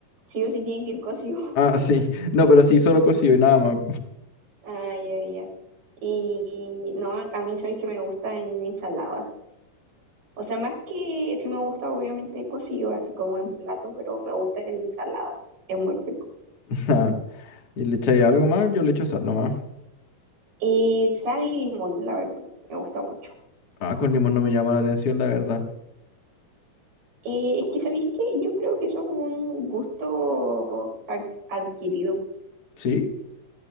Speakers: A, on the right; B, on the left.
A: sí o sí tiene que ir cocido. <laughs>
B: Ah, sí. <laughs> No, pero sí, solo cocido y nada más.
A: Ay, ya ya Y no, a mí sabes que me gusta en ensalada. O sea, más que sí me gusta obviamente cocido, así como en plato, pero me gusta en ensalada. Es muy rico.
B: <laughs> Ajá. Y le echáis algo más, yo le echo sal nomás.
A: y sal y limón, la verdad, me gusta mucho.
B: Ah, con limón no me llama la atención, la verdad.
A: Eh, es que, ¿sabéis qué? Yo creo que eso es un gusto ad- adquirido
B: Sí,